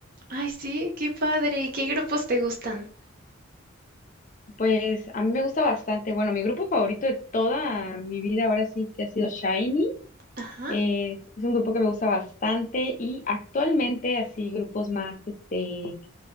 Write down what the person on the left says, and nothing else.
Pues a mí me gusta bastante. Bueno, mi grupo favorito de toda mi vida ahora sí que ha sido Shiny.
Es, es un grupo que me gusta bastante y actualmente así grupos más, este,